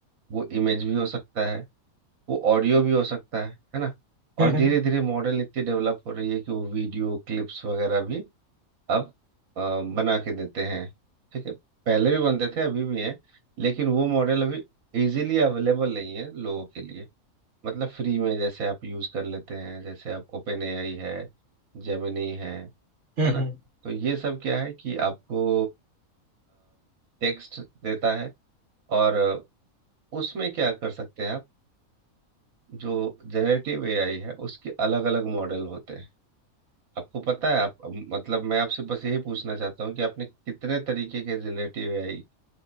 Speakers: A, on the right; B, on the right.
A: वो इमेज भी हो सकता है वो ऑडियो भी हो सकता है है ना और
B: हम्म
A: धीरे
B: हम्म
A: धीरे मॉडल इतनी डेवलप हो रही है कि वो वीडियो क्लिप्स वगैरह भी अब अ, बना के देते हैं ठीक है पहले भी बनते थे अभी भी हैं लेकिन वो मॉडल अभी इजीली अवेलेबल नहीं है लोगों के लिए मतलब फ्री में जैसे आप यूज़ कर लेते हैं जैसे आप ओपन एआई है जेमिनी है
B: हम्म
A: है ना
B: हम्म।
A: तो ये सब क्या है कि आपको टेक्स्ट देता है और उसमें क्या कर सकते हैं आप जो जनरेटिव एआई है उसके अलग अलग मॉडल होते हैं आपको पता है आप मतलब मैं आपसे बस यही पूछना चाहता हूँ कि आपने कितने तरीके के जनरेटिव एआई